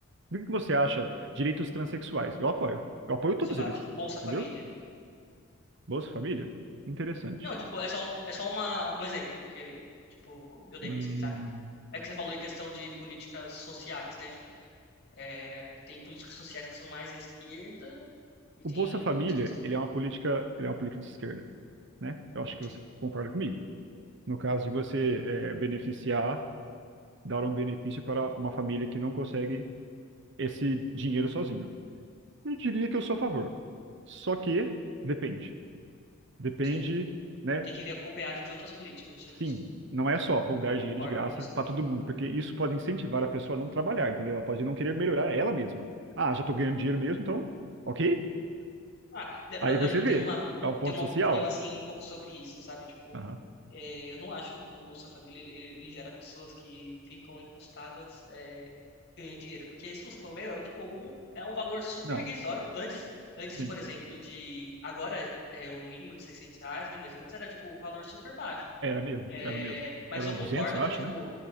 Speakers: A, on the right (about 55°); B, on the left (about 50°).
A: O que que você acha direitos transexuais? Eu apoio. Eu apoio todos
B: sei lá,
A: eles.
B: tipo, Bolsa
A: Entendeu?
B: Família.
A: Bolsa Família? Interessante.
B: Não, tipo, é só, um- é só uma, um exemplo que, tipo, eu dei,
A: Hum,
B: assim, sabe? É porque você falou em questão de políticas sociais, né? Tipo, é, tem políticas sociais que são mais à esquerda e
A: o
B: tem
A: Bolsa Família,
B: políticas
A: ele é uma política, ele é uma política de esquerda, né? Eu acho que
B: Sim,
A: você concorda comigo. No caso de você eh, beneficiar, dar um benefício para uma família que não consegue esse dinheiro sozinho. Eu diria que eu sou a favor. Só que depende. Depende,
B: sim.
A: né?
B: Tem que vir acompanhado de outras políticas, você disse.
A: Sim, não é só vou dar
B: Eu concordo
A: dinheiro de graça
B: com isso
A: para
B: também.
A: todo mundo, porque isso pode incentivar a pessoa a não trabalhar, entendeu? Ela pode não querer melhorar ela mesma. Ah, já tô ganhando dinheiro mesmo, então, ok?
B: Ah, né,
A: Aí
B: eu, eu-
A: você
B: eu
A: vê,
B: tenho uma, eu
A: é um ponto
B: tenho uma
A: social.
B: opinião assim um pouco sobre isso, sabe? Tipo,
A: Aham.
B: é, eu não acho que o Bolsa Família ele, ele gera pessoas que ficam encostadas, é, ganham dinheiro, porque se você for ver, é tipo um, é um valor super
A: Não,
B: irrisório. Antes, antes,
A: sim,
B: por exemplo, de agora é é o mínimo de 600 reais, né? Mas antes era tipo um valor super baixo.
A: era mesmo,
B: É,
A: era mesmo.
B: mas
A: Era
B: eu concordo
A: 200, eu
B: que
A: acho,
B: tipo
A: né?